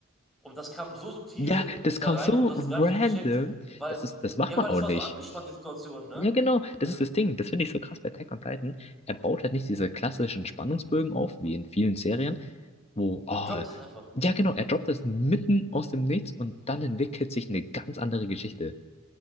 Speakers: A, in the centre; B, on the left (about 30°).
A: Und das kam so subtil
B: Ja, das
A: da
B: kam
A: rein
B: so
A: und du hast
B: random.
A: es gar nicht gecheckt, weil,
B: Das ist, das macht
A: ja,
B: man
A: weil
B: auch
A: es war
B: nicht.
A: so angespannt, die Situation, ne?
B: Ja, genau, das
A: Es,
B: ist das Ding. Das finde ich so krass bei Attack on Titan. Er baut halt nicht diese klassischen Spannungsbögen auf, wie in vielen Serien, wo, oh,
A: er droppt es einfach.
B: ja, genau, er droppt das mitten aus dem Nichts und dann entwickelt sich eine ganz andere Geschichte.